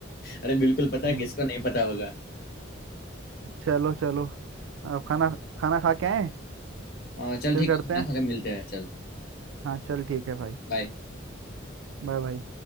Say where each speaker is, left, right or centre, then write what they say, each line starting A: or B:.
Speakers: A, on the left (about 55°); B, on the right (about 80°).
A: अरे बिल्कुल पता
B: हम्म,
A: है किसको नहीं पता होगा
B: चलो चलो अब खाना खाना खा के आए
A: आ, चल
B: फिर
A: ठीक
B: करते
A: है खाना
B: हैं
A: खा के मिलते हैं चल
B: हाँ चल ठीक है भाई
A: बाय
B: Bye bye